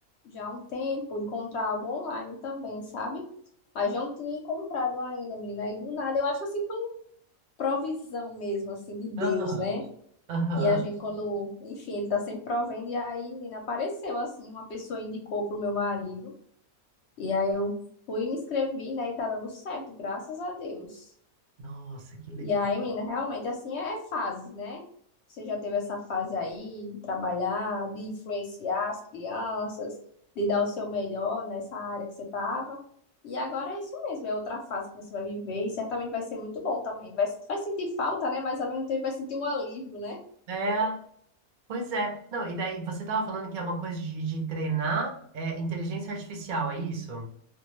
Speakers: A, on the left; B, on the right.
A: já há um tempo encontrar algo online também, sabe? Mas não tinha encontrado ainda, menina. E do nada, eu acho assim, provisão mesmo, assim, de Deus,
B: Aham,
A: né?
B: aham.
A: Que a gente, quando, enfim, ele tá sempre provendo, e aí, menina, apareceu, assim, uma pessoa indicou pro meu marido, e aí eu fui, me inscrevi, né, e tá dando certo, graças a Deus.
B: Nossa, que legal.
A: E aí, menina, realmente assim é é fases, né? Você já teve essa fase aí de trabalhar, de influenciar as crianças, de dar o seu melhor nessa área que você estava. E agora é isso mesmo, é outra fase que você vai viver e certamente vai ser muito bom também. Vai, vai sentir falta, né? Mas ao mesmo tempo vai sentir um alívio, né?
B: É, pois é. Não, e daí você tava falando que é uma coisa de, de treinar é, inteligência artificial, é isso?